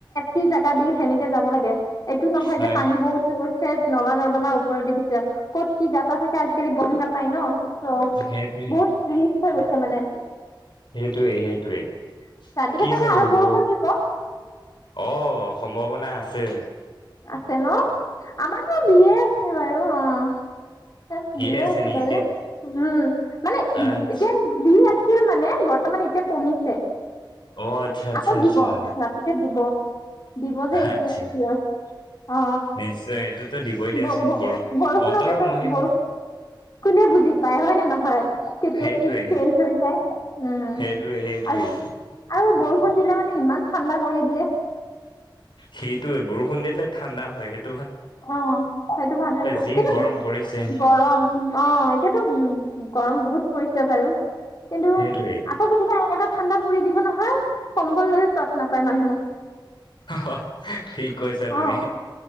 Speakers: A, on the left; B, on the left.
A: পি জেগাদি হেনেকে যাব লাগে এইটো নহয়
B: হয়
A: যে পানী বহুত হৈ গৈছে নলা নৰ্দমাৰ ওপৰত দি ক'ত কি গাতা থাকে আজিকালি গম নাপায় ন। চ
B: সেইটোৱেই
A: বহুত বিৰিছ হৈ গৈছে। ছে মানে
B: সেইটোৱেই সেইটোৱেই
A: ৰাতিকে
B: কি
A: চাগে
B: যে হব
A: আৰু বৰষুণ দিব
B: অ সম্ভাৱনা আছ ছে
A: আছে ন আমাকে দিয়ে বাৰু অ। তাত
B: দিয়ে
A: বিয়ে আছে
B: নেকি
A: বাৰু,
B: এতিয়াও
A: উম মানে
B: আচ্ছা
A: এতিয়া দিয়ে আছ ছি মানে বৰ্তমান এতিয়া কমিছে।
B: অ আচ্ছা আচ্ছা
A: আকৌ
B: আচ্ছা
A: দিব ৰাতিতে দিব দিব যে এইটো
B: আচ্ছা
A: চিয়ৰ। অ
B: নিশ্চয় এইটোতো দিবই দিয়াচোন
A: ব ব
B: বৰষ
A: বৰষুণৰ
B: বতৰৰ
A: বতৰ
B: মহিমা
A: বৰষুণ কোনে বুজি পায়? হয় নে নহয়? তেতিয়া
B: সেইটোৱে
A: কি চেঞ্জ হৈ যায় উম,
B: সেইটোৱে সেইটোৱেই
A: আৰু আৰু বৰ ষুন দিলে মানে ইমান ঠাণ্ডা কৰি দিয়ে।
B: সেইটোৱে বৰষুণ দি দিলে ঠাণ্ডা হয় সেই
A: অ', সেইটো ভাল লাগে
B: যি
A: কিন্ত
B: গৰম পৰিছে
A: গৰম উম, অ', এতিয়া টো উম, গৰম বহুত পৰিছে বাৰু। কিন্তু
B: সেইটোৱে
A: আকৌ কেতিয়াবা এনেকা ঠাণ্ডা কৰি দিব নহ ভাই কম্বল লৈ ত'ত নাপায় মানুহ।
B: <inaudible> ঠিক কৈছা
A: অ
B: তুমি।